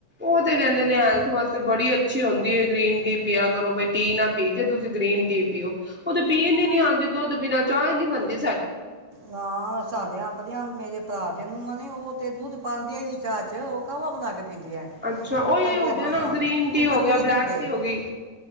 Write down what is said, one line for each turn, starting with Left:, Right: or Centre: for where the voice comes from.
Centre: ਔ ਤੇ ਕੈੰਦੇ ਨੇ ਹੈਲਥ ਵਾਸਤੇ ਬੜੀ ਅੱਛੀ ਹੁੰਦੀ ਏ। ਗ੍ਰੀਨ ਟੀ ਪੀਆ ਕਰੋ ਬਈ ਟੀ ਨਾ ਪੀ ਕੇ ਤੁਸੀਂ ਗ੍ਰੀਨ ਟੀ ਪੀਓ। ਔਹ ਤੇ ਪੀਣ ਨੀ ਆਂਦੀ, ਦੋਧ ਬਿਨਾ ਚਾਹ ਈਨੀ ਹੰਦੀ <unintelligible>
Right: ਹਾਂ ਸਾਡਿਆਂ ਆਪਣੀਆਂ ਭਰਾ ਦੀਆ ਨੂੰਆਂ ਨੇ ਉਹ ਤੇ ਦੁੱਧ ਪਾਉਂਦੇਿਆ ਹੀ ਨੀ ਚਾਹਅ ਚ, ਉਹ ਕਾਹਵਾ ਬਣਾ ਕੇ ਪੀਂਦੀ ਹੈ
Centre: ਅੱਛਾ ਉਹੀ
Right: ਕਹਿੰਦੇ
Centre: ਹੋ ਗਿਆ
Right: ਹਨ
Centre: ਨਾ ਗ੍ਰੀਨ ਟੀ
Right: ਉਹ ਨਕਲੀ
Centre: ਹੋ ਗਿਆ ਬਲੈਕ
Right: ਦੁੱਧ ਇਹ
Centre: ਟੀ ਹੋ ਗਈ